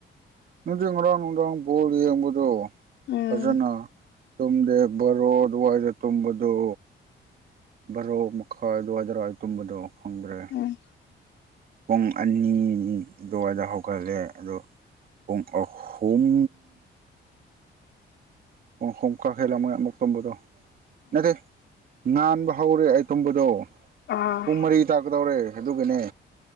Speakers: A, on the right; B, on the left.
A: ꯅꯨꯅꯨꯡꯗꯤ ꯉꯔꯥꯡ ꯅꯨꯡꯗꯥꯡ ꯕꯣꯜ ꯌꯦꯡꯕꯗꯣ
B: ꯎꯝ
A: ꯐꯖꯅ ꯇꯨꯝꯗꯦ ꯕꯔꯣ ꯋꯥꯏꯗ ꯇꯨꯝꯕꯗꯨ ꯕꯥꯔꯣꯛ ꯃꯈꯥꯏ ꯑꯗꯨꯋꯥꯏꯗꯔꯋꯥꯏ ꯇꯨꯝꯕꯗꯣ ꯈꯪꯗ꯭ꯔꯦ
B: ꯎꯝ
A: ꯄꯨꯡ ꯑꯅꯤꯅꯤ ꯑꯗꯨꯋꯥꯏꯗ ꯍꯧꯒꯠꯂꯦ ꯑꯗꯣ ꯄ ꯑꯣꯨꯝ ꯍꯣꯡꯀꯥꯈꯦꯂ ꯃꯌꯥꯝ ꯃꯣꯛꯛꯇꯣꯕꯣꯗ ꯏꯗꯤ ꯉꯟꯥꯟꯕ ꯍꯧꯔꯦ ꯑꯩ ꯇꯨꯝꯝꯕꯗꯣ
B: ꯑꯥ
A: ꯄꯨꯡ ꯃꯔꯤ ꯇꯥꯛꯀꯗꯧꯔꯦ ꯑꯗꯨꯒꯅꯦ